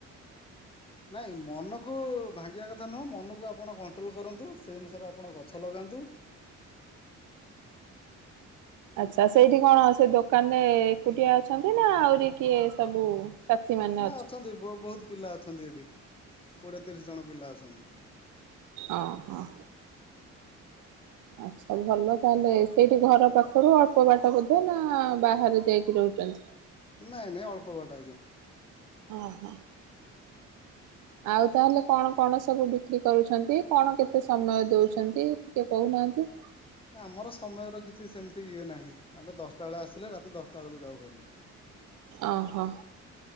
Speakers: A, on the left; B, on the right.
A: ନାଇଁ ମନକୁ ଭାଙ୍ଗିବା କଥା ନୁହଁ ମନକୁ ଆପଣ କଣ୍ଟ୍ରୋଲ କରନ୍ତୁ ସେଇ ଅନୁସାରେ ଆପଣ ଗଛ ଲଗାନ୍ତୁ।
B: ଆଚ୍ଛା, ସେଇଠି କଣ, ସେ ଦୋକାନରେ ଏକୁଟିଆ ଅଛନ୍ତି ନା ଆହୁରି କିଏ ସବୁ? ସାଥି ମାନେ
A: ନା, ଅଛନ୍ତି। ବହୁତ ପିଲା ଅଛନ୍ତି ଏଠି। କୋଡିଏ ତିରିଶ ଜଣ ପିଲା ଅଛନ୍ତି।
B: ଓଁ ହଁ। ଆଛା, ଭଲ ତାହେଲେ ସେଇଠି ଘର ପାଖରୁ ଅଳ୍ପ ବାଟ ବୋଧେ ନା ବାହାରେ ଯାଇକି ରହୁଛନ୍ତି?
A: ନାଇଁ ନାଇଁ ଅଳ୍ପ ବାଟ ଆଜ୍ଞା।
B: ହଁ ହଁ। ଆଉ, ତାହେଲେ କଣ କଣ ସବୁ ବିକ୍ରି କରୁଛନ୍ତି? କଣ କେତେ ସମୟ ଦଉଛନ୍ତି? ଟିକେ କହୁନାହାଁନ୍ତି?
A: ଆମର ସମୟର କିଛି ସେମିତି ଇଏ ନାହିଁ। ଆମେ ଦଶଟା ବେଳେ ଆସିଲେ, ରାତି ଦଶଟା ବେଳେ ଯାଉ ଘରକୁ।
B: ଅଁ ହ।